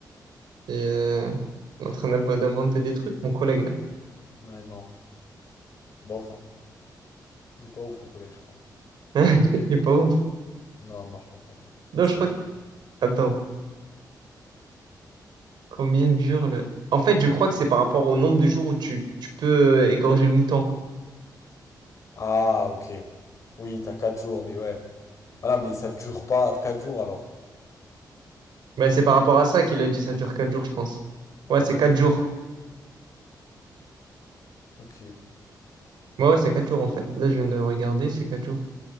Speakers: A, on the right; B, on the left.
A: Et euh, on est en train d'inv- d'inventer des trucs, mon collègue
B: Ouais, non. Bof, hein. Il est pas ouf, le collègue, je crois.
A: là. <laughs> Il est pas ouf.
B: Non, non, je crois pas.
A: Non,
B: Il se
A: je
B: trompe.
A: crois que... Attends, combien dure le... En fait, je crois que c'est par rapport au nombre de jours où tu, tu peux euh, égorger le mouton.
B: Ah, ok. Oui, t'as quatre jours, mais ouais. Voilà, mais ça dure pas quatre jours, alors.
A: Mais c'est par rapport à ça qu'il a dit ça dure 4 jours, je pense.
B: Ah,
A: Ouais, c'est
B: mais...
A: 4 jours.
B: Ok.
A: Ouais, ouais, c'est 4 jours en fait. Là, je viens de regarder, c'est 4 jours.